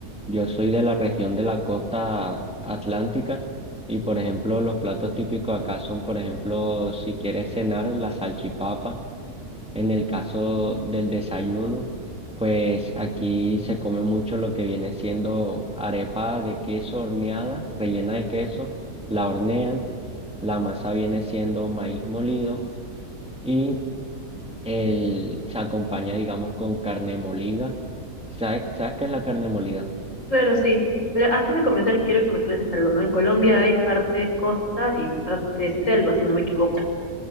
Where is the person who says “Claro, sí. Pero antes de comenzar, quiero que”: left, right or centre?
Left